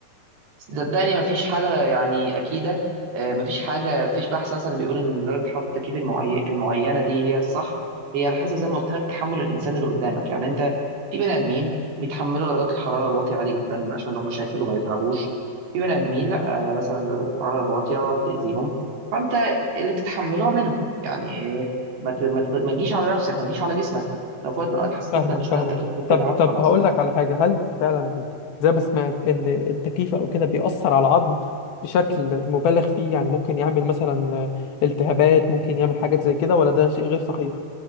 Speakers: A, on the right; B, on the left.
A: صدقني مفيش حاجة يعني أكيدة آه، مفيش حاجة مفيش بحث مثلا بيقول إن درجة حرارة التكييف المعي- المعينة دي هي الصح هي على حسب زي ما قلت لك تحمل الإنسان اللي قدامك يعني أنت في بني آدمين بيتحملوا درجات الحرارة الواطية عادي جدا مبيبقاش عندهم مشاكل وما بيتعبوش في بني آدمين لأ آه، مثلا درجات الحرارة الواطية بتأذيهم فأنت اللي تتحمله اعمله يعني آه، ما ت- ما ت- ما تجيش على نفسك ما تجيش على جسمك لو في وقت من الأوقات حسيت
B: فاهمك
A: إن أنت بتشغل
B: فاهمك
A: التكييف وبتتعب
B: طب طب
A: خلاص
B: هقول لك على حاجة هل فعلا زي ما سمعت ان التكييف او كده بيأثر على العظم بشكل مبالغ فيه يعني ممكن يعمل مثلا التهابات ممكن يعمل حاجات زي كده ولا ده شيء غير صحيح